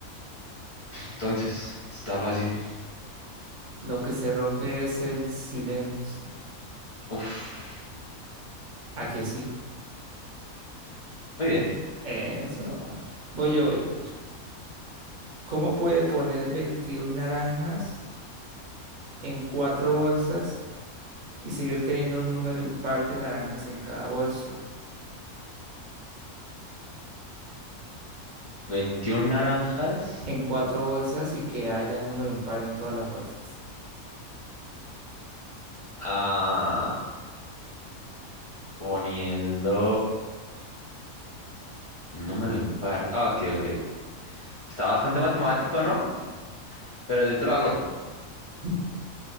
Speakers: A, on the left (about 55°); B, on the right (about 40°).
A: entonces, está fácil.
B: Lo que se rompe es el silencio.
A: Uf,
B: ¿A que sí?
A: muy bien.
B: Eso. Voy yo, voy yo, voy yo. ¿Cómo puede poner 21 naranjas en cuatro bolsas? y seguir teniendo un número impar de naranjas en cada bolsa,
A: 21 naranjas.
B: en cuatro bolsas y que haya un número impar en todas las bolsas.
A: Ah, poniendo un número impar. Ah, ok, ok. Está bastante matemático, ¿no? Pero yo te lo hago.
B: <laughs>